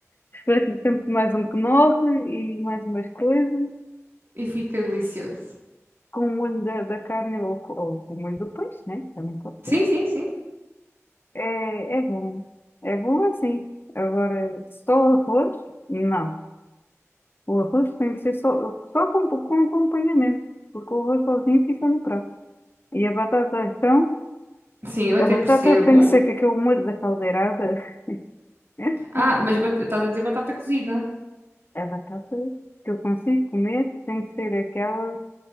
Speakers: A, on the left; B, on the right.
A: espeto-lhe sempre mais um knorr e mais umas coisas,
B: e fica delicioso.
A: com o molho da, da carne ou, co- ou com o molho do peixe, né? Também pode
B: Sim,
A: ser.
B: sim, sim.
A: É, é bom. É bom assim. Agora, só o arroz? Não. O arroz tem que ser só, só com, com acompanhamento, porque o arroz sozinho fica no prato. E a batata, então,
B: Sim, eu até
A: a batata
B: percebo.
A: tem que ser com aquele molho da caldeirada. <laughs>
B: Ah, mas ba- estás a dizer batata cozida.
A: A batata que eu consigo comer tem que ser aquela